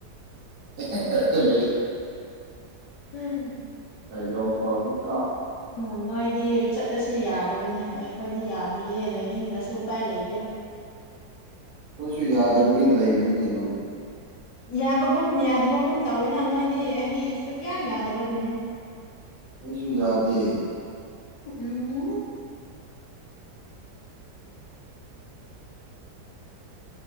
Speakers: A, on the right; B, on the left.
A: <inaudible>
B: ꯎꯝ
A: ꯀꯥꯏ ꯂ ꯐꯥꯎꯕ
B: ꯎꯝꯣꯏ ꯗꯤ ꯆꯠꯂꯁꯨ ꯌꯥꯔꯕꯅꯦ ꯑꯩꯈꯣꯏꯗꯤ ꯌꯥꯗ꯭ꯔꯤꯌꯦ ꯂꯩꯅꯤꯡꯗ꯭ꯔꯁꯨ ꯎꯄꯥꯏ ꯂꯩꯇꯦ
A: ꯀꯣꯏꯁꯨ ꯌꯥꯗꯕꯒꯤ ꯂꯩꯕꯅꯤ ꯀꯩꯅꯣ
B: ꯌꯥꯕꯒꯨꯝ ꯌꯥꯗꯕꯒꯨꯝ ꯇꯧꯋꯤꯅ ꯅꯣꯏꯗꯤ ꯑꯩꯗꯤ ꯁꯨꯛꯌꯥ ꯌꯥꯗꯕꯒꯤꯅꯦ
A: ꯑꯩꯁꯨ ꯌꯥꯗꯦ
B: ꯎꯝ